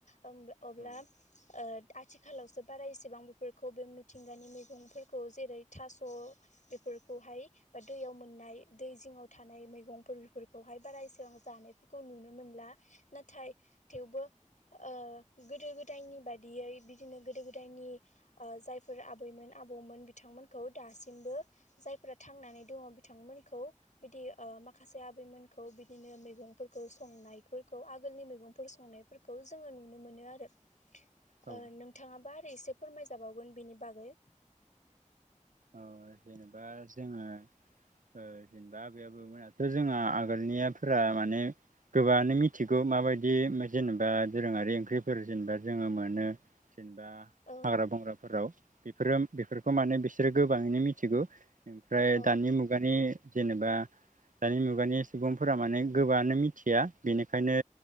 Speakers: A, on the left (about 70°); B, on the right (about 85°).
A: ओम अब्ला
B: औ
A: ओ आथिखालावसो बारा इसेबां बेफोरखौ बे मिथिंगानि मैगंफोरखौ जेरै थास' बेफोरखौहाय बा दैयाव मोननाय दै जिङाव थानाय मैगंफोर बेफोरखौहाय बारा एसेबां जानायफोरखौ नुनो मोनला नाथाय थेवबो ओ गोदो गोदायनि बादियै बिदिनो गोदो गोदायनि ओ जायफोर आबैमोन आबौमोन बिथांमोनखौ दासिमबो जायफोरा थांनानै दङ बिथांमोनखौ बिदि ओ माखासे आबैमोनखौ बिदिनो मैगंफोरखौ संनायफोरखौ आगोलनि मैगंफोर संनायफोरखौ जों जोङो नुनो मोनो आरो
B: औ
A: ओ नोंथाङाबा आरो एसे फोरमायजाबावगोन बेनि बागै।
B: औ जेनेबा जोङो ओ जेनेबा आबै आबौमोनाथ' जोंहा आगोलनियाफोरा माने गोबाङानो मिथिगौ माबा दि जेनेबा दोरोङारि ओंख्रिफोर जेनेबा जोङो मोनो जेनेबा
A: औ
B: हाग्रा बंग्राफोराव बेफोरो बेफोरखौ माने बिसोरो गोबाङैनो मिथिगौ। ओमफ्राय
A: औ
B: दानि मुगानि जेनेबा दानि मुगानि सुबुंफोरा माने गोबाङानो मिथिया बेनिखायनो